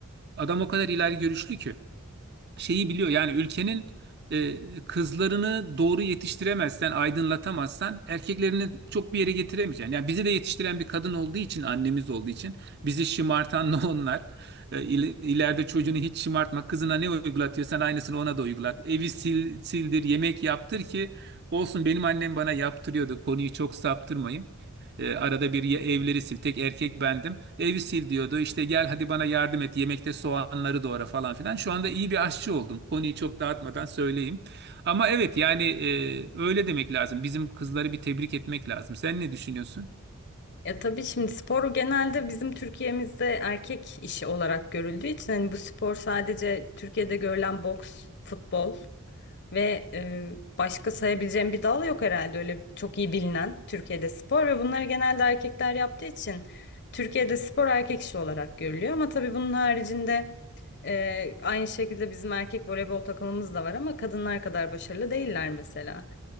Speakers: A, on the right; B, on the left.
A: Adam o kadar ileri görüşlü ki şeyi biliyor. Yani ülkenin e, kızlarını doğru yetiştiremezsen, aydınlatamazsan erkeklerini çok bir yere getiremeyeceksin. Yani bizi de yetiştiren bir kadın olduğu için, annemiz olduğu için bizi şımartan <laughs> da onlar. E, il- ileride çocuğunu hiç şımartma. Kızına ne uygulatıyorsan aynısını ona da uygulat. Evi sil, sildir, yemek yaptır ki olsun benim annem bana yaptırıyordu. Konuyu çok saptırmayayım. E, arada bir ya evleri sil. Tek erkek bendim. Evi sil diyordu. İşte gel hadi bana yardım et. Yemekte soğanları doğra falan filan. Şu anda iyi bir aşçı oldum. Konuyu çok dağıtmadan söyleyeyim. Ama evet yani e, öyle demek lazım. Bizim kızları bir tebrik etmek lazım. Sen ne düşünüyorsun?
B: Ya tabii şimdi spor genelde bizim Türkiye'mizde erkek işi olarak görüldüğü için hani bu spor sadece Türkiye'de görülen boks, futbol. Ve e, başka sayabileceğim bir dal yok herhalde öyle çok iyi bilinen Türkiye'de spor ve bunları genelde erkekler yaptığı için Türkiye'de spor erkek işi olarak görülüyor. Ama tabii bunun haricinde e, aynı şekilde bizim erkek voleybol takımımız da var ama kadınlar kadar başarılı değiller mesela.